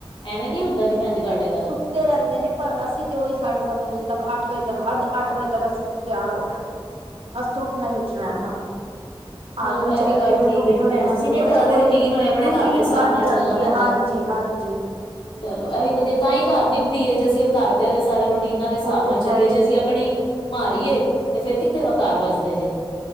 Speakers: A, on the left; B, on the right.
A: ਐਵੇਂ ਨੀ ਹੁੰਦਾ ਜੀ, ਭੈਣਜੀ ਤੁਹਾਡੇ ਘਰ
B: ਤੇ ਰਹਿੰਦੇ ਨੇ, ਪਰ ਅਸੀਂ ਤੇ ਉਹੀ, ਸਾਢੇ ਸੱਤ ਵਜੇ ਤੱਕ ਅੱਠ ਵਜੇ ਤੱਕ, ਹਦ ਅੱਠ ਵਜੇ ਤੱਕ, ਅਸੀਂ ਤੇ ਤਿਆਰ ਹੋਣਾਗੇ।
A: ਹ।
B: ਅਸ ਤਾਂ, ਉਠਣਾ ਹੀ ਉੱਠਨਾ।
A: <unintelligible>
B: ਆਦਮੀ
A: ਇਹ
B: ਚਾਹੇ
A: ਵੀ ਗੱਲ
B: ਲੇਟ
A: ਠੀਕ
B: ਉੱਠ,
A: ਹੈ ਜੀ ਭੈਣ
B: ਣ
A: ਜੀ
B: ਐਵੇ
A: ਜਿਵੇਂ
B: ਬਸ
A: ਘਰਾਂ
B: ਉਹੀ
A: ਦੀ ਰੂਟੀਨ ਹੋਏ ਆਪਣੇ
B: ਰੂਟੀਨ
A: ਘਰ ਦੇ ਹਿਸਾਬ
B: ਬਣ
A: ਨਾਲ
B: ਜਾਂਦੀ
A: ਚੱਲਣਾ ਪੈਂਦਾ।
B: ਹੈ, ਹਾਂਜੀ -ਹਾਂਜੀ। ਜੀ।
A: ਚਲੋ, ਇਹ ਵੀ ਵਧੀਆ, ਤਾਂ ਹੀ ਘਰ ਨਿਭਦੀ ਏ, ਜੇ ਅਸੀਂ ਉਹ ਕਰਦੇਆਂ ਦੇ ਸਾਰੇ ਰੋਟੀ ਟੀਨਾਦੇ ਹਿਸਾਬ
B: ਉਹ ਤੇ
A: ਨਾਲ ਚਲੀਏ,
B: ਹੈ ਹੀ
A: ਜੇ ਅਸੀਂ
B: ਹੈ
A: ਆਪਣੀ ਮਾਰੀਏ, ਤੇ ਫੇਰ ਕਿੱਥੇ ਵਾ ਕਾਰ ਵਜਦੇ ਜੇ।